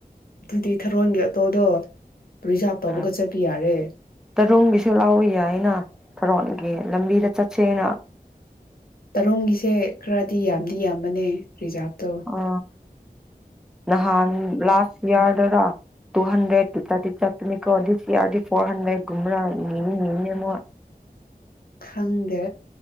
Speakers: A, on the left; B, in the centre.
A: ꯑꯗꯨꯗꯤ ꯊꯥꯔꯣꯟꯒꯤ ꯑꯣꯇꯣꯗꯣ ꯔꯤꯖꯥꯞ ꯇꯧꯔꯒ
B: ꯎꯝ
A: ꯆꯠꯄ ꯌꯥꯔꯦ
B: ꯇꯔꯨꯡꯒꯤꯁꯨ ꯂꯥꯎꯕ ꯌꯥꯏꯅ ꯊꯔꯣꯟꯒꯤ ꯂꯝꯕꯤꯗ ꯆꯠ ꯁꯦꯅ
A: ꯇꯔꯨꯡꯒꯤꯁꯦ ꯈꯔꯗꯤ ꯌꯥꯝꯗꯤ ꯌꯥꯝꯕꯅꯦ ꯔꯤꯖꯥꯕ ꯇꫭ
B: ꯑ ꯅꯍꯥꯟ ꯂꯥꯁ ꯏꯌꯥꯔ ꯗꯨꯔꫭ ꯇꯨ ꯍꯟꯗ꯭ꯔꯦꯠꯇ ꯆꯠꯇꯤ ꯆꯠꯄꯅꯦꯀꯣ ꯗꯤꯁ ꯏꯌꯥꯔꯗꯤ ꯐꯣꯔ ꯍꯟꯗ꯭ꯔꯦꯠ ꯀꯨꯝꯕꯔꯥ ꯅꯤꯗꯤ ꯅꯤꯕꯅꯦ ꯃꫭ
A: ꯈꯪꯗꯦ